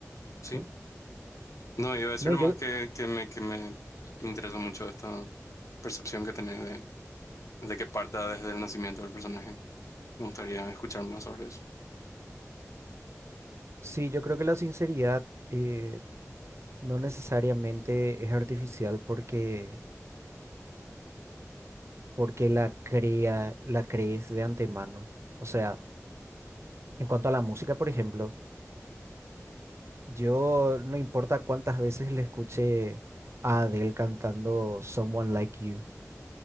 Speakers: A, on the left; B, on the right.
A: sí,
B: sí.
A: no, iba a decir
B: No,
A: nomás
B: yo
A: que, que me, que me interesa mucho esta percepción que tenés de, de que parta desde el nacimiento del personaje. Me gustaría escuchar más sobre eso.
B: sí, yo creo que la sinceridad eh, no necesariamente es artificial porque porque la crea, la crees de antemano. O sea, en cuanto a la música, por ejemplo, yo no importa cuántas veces le escuché a Adele cantando Someone Like You,